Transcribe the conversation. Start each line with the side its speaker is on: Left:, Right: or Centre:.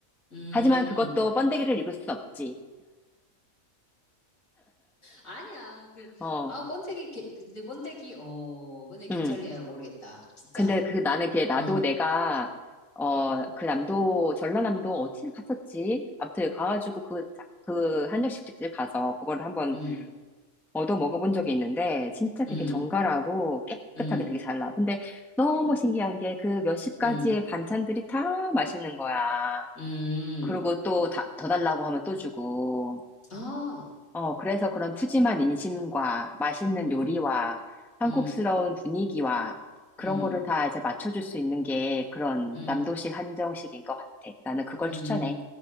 Left: 음.
Centre: 하지만 그것도 번데기를 익을 수 없지.
Left: 아니야. 그,
Centre: 어,
Left: 아, 번데기, 개- 그, 근데 번데기, 어, 번데기 괜찮으냐
Centre: 응.
Left: 모르겠다. 진짜.
Centre: 근데 그 나는 그게 나도
Left: 어,
Centre: 내가 어 그 남도 전라남도 어디 갔었지? 아무튼 가가지고 그 그 한정식집집 가서 그거를 한번
Left: 음,
Centre: 얻어 먹어본 적이 있는데 진짜 되게
Left: 음,
Centre: 정갈하고 깨끗하게
Left: 음,
Centre: 되게 잘 나와. 근데 너무 신기한 게 그 몇십 가지의
Left: 음,
Centre: 반찬들이 다 맛있는 거야.
Left: 음.
Centre: 그리고 또 다, 더 달라고 하면 또 주고.
Left: 아,
Centre: 어, 그래서 그런 푸짐한 임신과 맛있는
Left: 음,
Centre: 요리와 한국스러운
Left: 음,
Centre: 분위기와 그런
Left: 음,
Centre: 거를 다 이제 맞춰줄 수 있는 게 그런
Left: 음,
Centre: 남도식 한정식인 것 같아. 나는 그걸
Left: 음,
Centre: 추천해.